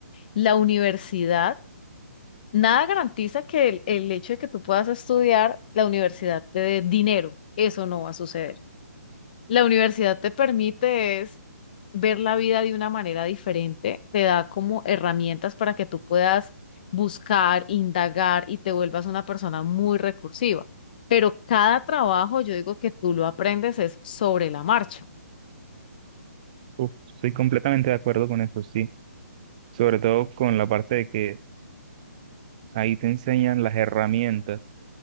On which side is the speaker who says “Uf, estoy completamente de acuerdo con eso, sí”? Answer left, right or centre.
Right